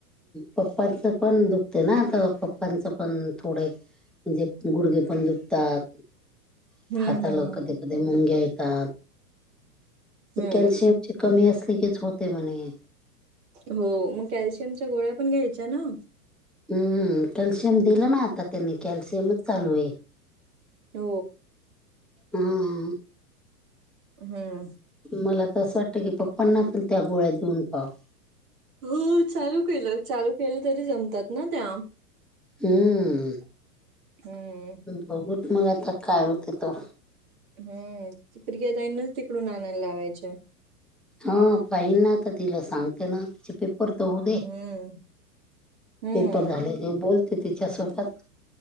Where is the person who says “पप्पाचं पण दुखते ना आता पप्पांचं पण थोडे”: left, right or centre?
Centre